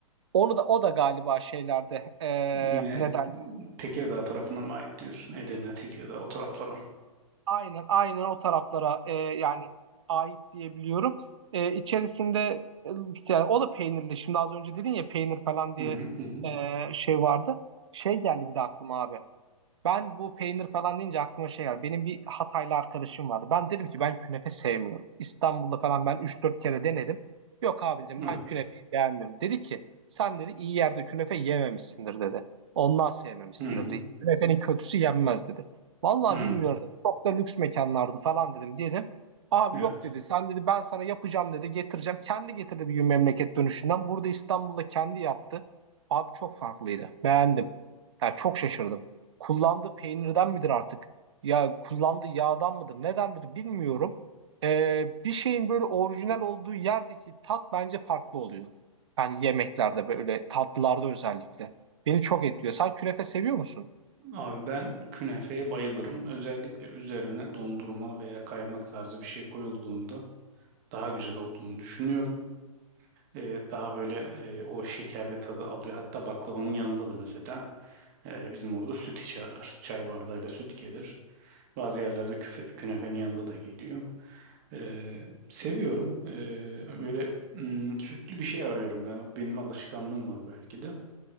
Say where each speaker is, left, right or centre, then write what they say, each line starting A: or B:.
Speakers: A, on the right; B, on the right.
A: Onu da o da galiba şeylerde e,
B: Yine
A: ne derler?
B: Tekirdağ tarafına mı ait diyorsun? Edirne, Tekirdağ o taraflarım.
A: Aynen aynen o taraflara e, yani ait diyebiliyorum. E, içerisinde e, yani o da peynirli. Şimdi az önce dedin ya peynir falan diye
B: Hı hı hı. hı hı.
A: e, şey vardı. Şey geldi bir de aklıma abi. Ben bu peynir falan deyince aklıma şey geldi. Benim bir Hataylı arkadaşım vardı. Ben dedim ki ben künefe sevmiyorum. İstanbul'da falan ben üç dört kere denedim. Yok abi dedim
B: Evet.
A: ben künefeyi beğenmiyorum. Dedi ki sen dedi iyi yerde künefe yememişsindir dedi. Ondan sevmemişsindir
B: Hı hı.
A: dedi. Künefenin kötüsü yenmez dedi. Vallahi
B: hı.
A: bilmiyorum dedi. Çok da lüks mekanlardı falan dedim. Dedim abi
B: Evet.
A: yok dedi. Sen dedi ben sana yapacağım dedi getireceğim. Kendi getirdi bir gün memleket dönüşünden. Burada İstanbul'da kendi yaptı. Abi çok farklıydı. Beğendim. Yani çok şaşırdım kullandığı peynirden midir artık? Ya kullandığı yağdan mıdır? Nedendir bilmiyorum. Ee, bir şeyin böyle orijinal olduğu yerdeki tat bence farklı oluyor. Yani yemeklerde böyle tatlılarda özellikle. Beni çok etkiliyor. Sen künefe seviyor musun?
B: Abi ben künefeye bayılırım. Özellikle üzerine dondurma veya kaymak tarzı bir şey koyulduğunda daha güzel olduğunu düşünüyorum. E, daha böyle e, o şekerli tadı alıyor. Hatta baklavanın yanında da mesela e, bizim orada süt içerler. Çay bardağıyla süt gelir. Bazı yerlerde küfe- künefenin yanında da geliyor. E, seviyorum. E, böyle mm, sütlü bir şey arıyorum. Ben, benim alışkanlığım var belki de.